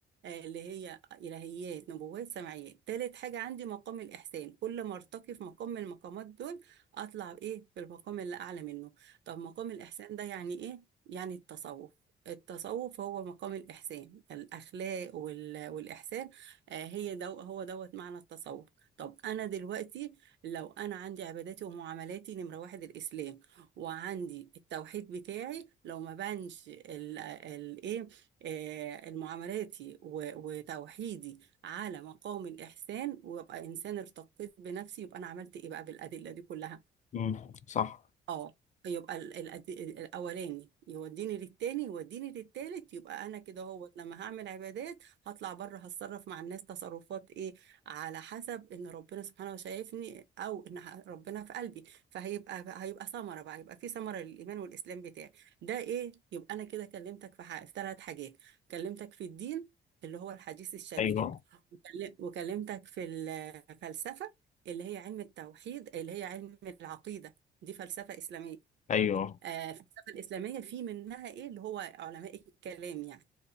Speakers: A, on the right (about 65°); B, on the left (about 40°).
A: آه، اللي هي إلهيات نبوات سمعيات تالت حاجة عندي مقام الإحسان كل ما ارتقي في مقام من المقامات دول اطلع بايه بالمقام اللي اعلى منه طب مقام الاحسان ده يعني ايه يعني التصوف التصوف هو مقام الإحسان الأخلاق وال... والإحسان آه هي دو... هو دوت معنى التصوف طب أنا دلوقتي لو أنا عندي عباداتي ومعاملاتي نمرة واحد الإسلام وعندي التوحيد بتاعي لو ما بانش ال... ال... إيه آه معاملاتي و... وتوحيدي على مقام الإحسان ويبقى إنسان ارتقيت بنفسي يبقى أنا عملت إيه بقى بالأدلة دي كلها
B: مم. صح
A: اه يبقى ال- الأد- الاولاني يوديني للتاني يوديني للتالت يبقى انا كده هو لما هعمل عبادات هطلع بره هتصرف مع الناس تصرفات ايه على حسب ان ربنا سبحانه شايفني او ان ح- ربنا في قلبي فهيبقى هيبقى ثمره بقى يبقى في ثمره للايمان والاسلام بتاعي ده ايه يبقى انا كده كلمتك في ح- في ثلاث حاجات كلمتك في الدين اللي هو الحديث الشريف
B: أيوه
A: وكل- وكلمتك في الفلسفه اللي هي علم التوحيد اللي هي علم العقيده دي فلسفة إسلامية
B: أيوه
A: آه الفلسفة الإسلامية في منها إيه اللي هو علماء الكلام يعني